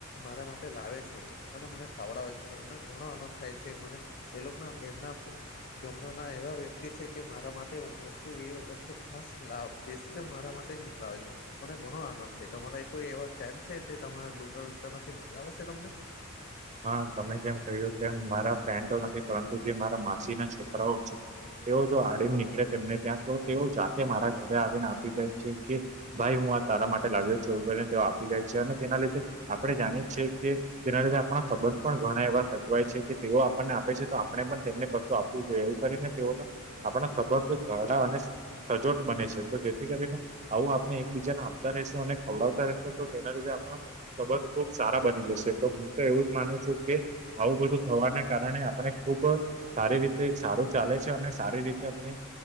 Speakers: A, on the left (about 45°); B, on the right (about 35°).
A: મારા માટે લાવે છે અને મને ખાવડાવે છે મને ઘણો આનંદ થાય છે મને એ લોકો ના ઘેરના ઘરના ના એવા વ્યક્તિ છે કે મારા માટે વસ્તુ એ વસ્તુ ખાસ લાભ સ્પેશિયલ મારા માટે જ મોકલાવે છે મને ઘણો આનંદ થાય તમારા કોઈ એવા ફેન છે તમારા ડુંગર વિસ્તાર માંથી મોકલાવે છે તમને
B: હા તમે જેમ કહ્યું તેમ મારા ફ્રેન્ડ તો નથી પરંતુ જે મારા માસી ના છોકરાઓ છે તેઓ જો આડીમ નીકળે તેમને ત્યાં તો તેઓ જાતે મારા ઘરે આવીને આપી જાય છે કે ભાઈ હું આ તારા માટે લાગ્યો છો કરીને તેઓ આપી જાય છે અને તેના લીધે આપડે જાણીએ છીએ કે તેના લીધ આપણા સંબંધ પણ ઘણા એવા સચવાય છે કે તેઓ આપણને આપે છે તો આપણે પણ તેમને કશું આપવું જોઈએ એવું કરીને તેઓ આપણા સંબંધ ગાડા અને સજોટ બને છે તો જેથી કરીને આવું આપણે એકબીજાને આપતા રશો અને ખવડાવતા રહેશો તો તેના લીધે આપડા કબર બહબ સારા બની જશે તો હું તો એવું જ માનું છું કે આવું બધું થવાને કારણે આપણે ખુબ સારી રીતે સારું ચાલે છે અને સારી રીતે આપણે